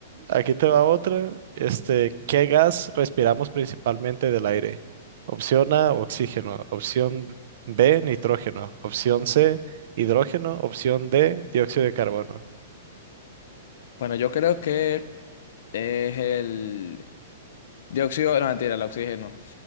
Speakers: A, on the right; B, on the left.
A: aquí te va otra. Este, ¿qué gas respiramos principalmente del aire? Opción A, oxígeno. Opción B, nitrógeno. Opción C, hidrógeno. Opción D, dióxido de carbono.
B: Bueno, yo creo que es el dióxido. No, mentira, el oxígeno.